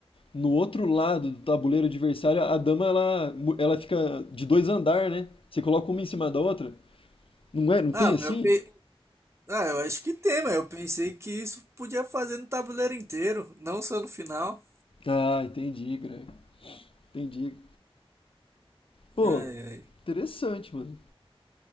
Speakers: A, on the left; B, on the right.
A: no outro lado do tabuleiro adversário, a dama ela, mu- ela fica de dois andar, né? Você coloca uma em cima da outra. Não é? Não tem
B: Ah, mas
A: assim?
B: eu pe... Ah, eu acho que tem, mas eu pensei que isso podia fazer no tabuleiro inteiro, não só no final.
A: Ah, entendi, Greg. Entendi. Pô,
B: Ai, ai.
A: interessante, mano.